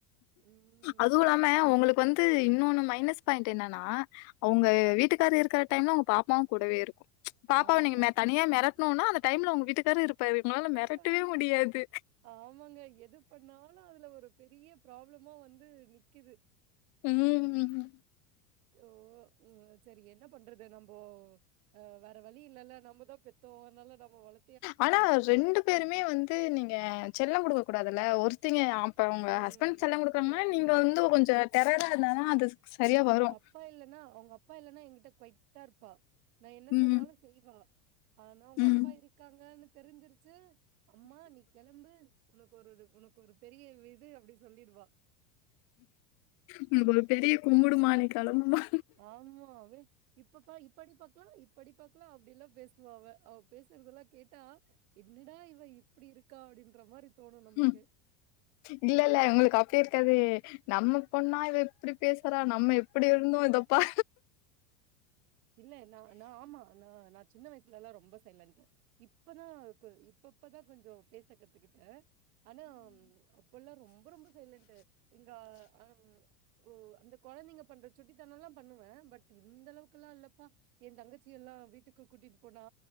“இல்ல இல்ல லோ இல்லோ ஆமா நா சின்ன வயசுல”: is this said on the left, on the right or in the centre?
Right